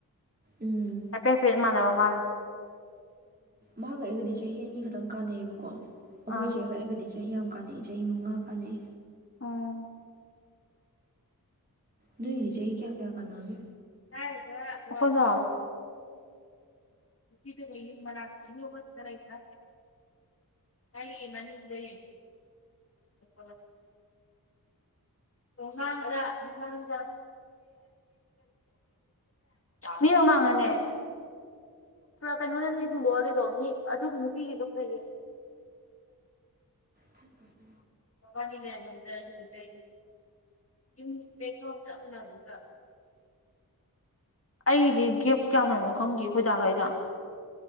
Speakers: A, on the right (about 25°); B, on the left (about 40°).
A: ꯎꯝ
B: ꯍꯥꯏꯐꯦꯠ ꯍꯥꯏꯐꯦꯠ ꯏ ꯃꯥꯟꯅꯕ ꯃꯥꯜꯂꯦ
A: ꯃꯥꯒꯛ ꯑꯩꯔꯒꯗꯤ ꯆꯍꯤ ꯑꯅꯤ ꯈꯛꯇꯪ ꯀꯥꯟꯅꯩꯑꯕꯀꯣ ꯑꯩꯈꯣꯏ
B: ꯑꯥ
A: ꯆꯦꯒꯛꯑꯔꯒꯗꯤ ꯆꯦ ꯆꯍꯤ ꯌꯥꯝ ꯀꯥꯟꯅꯩ ꯆꯍꯤ ꯃꯉꯥ ꯀꯥꯟꯅꯩ
B: ꯎꯝ
A: ꯅꯅꯤ ꯆꯌꯦ ꯀꯌꯥ ꯀꯌꯥ ꯀꯅꯥꯒꯦ
B: ꯑꯣ ꯀꯁꯨ ꯍꯥꯏꯕ ꯗꯉ ꯏ ꯃꯔꯅꯁꯤ ꯇꯔꯏ ꯈ ꯀꯥꯏꯒꯤ ꯃꯅꯤꯗ ꯍꯥ ꯇꯨꯍꯥꯡꯗ ꯏꯍꯥꯡꯗ ꯃꯤ ꯃꯃꯥꯡꯉꯅꯦ ꯄꯨꯔꯥ ꯀꯩꯅꯣꯗꯅꯦ ꯁꯟꯗꯣꯛꯑ ꯑꯗꯨꯏꯗꯣ ꯃꯤ ꯑꯗꯨꯒꯤ ꯅꯨꯄꯤꯒꯤꯗꯣ ꯀꯔꯤꯒꯤ
A: ꯊꯠꯄꯁꯤ
B: ꯍꯃ ꯀ ꯆꯔꯁꯤ ꯂꯕꯨ ꯆꯥꯏ ꯌ ꯦꯀꯥꯎ ꯆꯕ ꯂꯅꯤꯕ ꯑꯩꯗꯤ ꯒꯦꯞ ꯀꯌꯥꯃꯅꯣ ꯈꯪꯗꯦ ꯑꯣꯣꯏꯖꯥꯈꯩꯒ